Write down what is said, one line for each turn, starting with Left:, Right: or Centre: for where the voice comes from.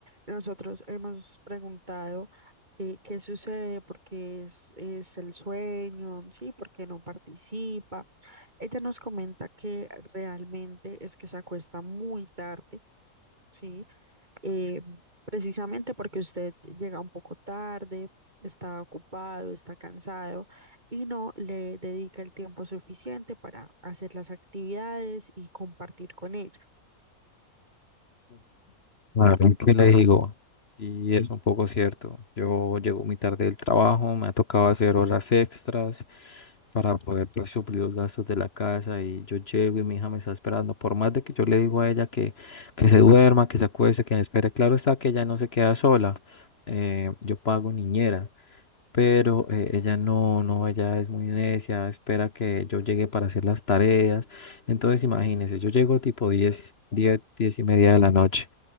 Right: Nosotros hemos preguntado eh, qué sucede, por qué es, es el sueño, ¿sí? ¿Por qué no participa? Ella nos comenta que realmente es que se acuesta muy tarde, ¿sí? Eh, precisamente porque usted llega un poco tarde. está ocupado, está cansado y no le dedica el tiempo suficiente para hacer las actividades y compartir con ella.
Left: La verdad que le digo, sí es un poco cierto. Yo llego muy tarde del trabajo, me ha tocado hacer horas extras para poder pues, suplir los gastos de la casa y yo llego y mi hija me está esperando. Por más de que yo le digo a ella que, que se duerma, que se acueste, que me espere, claro está que ella no se queda sola. eh, yo pago niñera, pero eh, ella no, no, ella es muy necia, espera que yo llegue para hacer las tareas. Entonces imagínense, yo llego tipo 10, 10, 10 y media de la noche